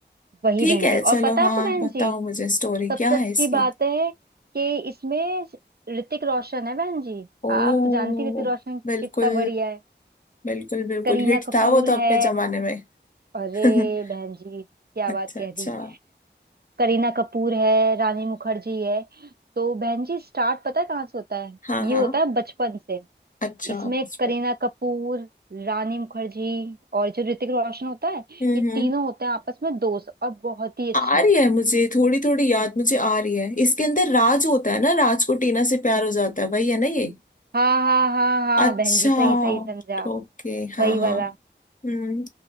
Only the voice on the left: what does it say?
ठीक
है
चलो
हाँ
बताओ
मुझे स्टोरी
क्या है
इसकी
ओ
बिल्कुल
बिल्कुल बिल्कुल
हिट
था वो तो अपने
जमाने में
<laughs>
अच्छा
अच्छा
हाँ
हाँ
अच्छा
बचपन
हम्म
हम्म
आ रही है मुझे थोड़ी थोड़ी याद मुझे आ रही है इसके अंदर राज होता है ना राज को टीना से प्यार हो जाता है वही है ना ये
अच्छा
ओके हाँ
हाँ
हम्म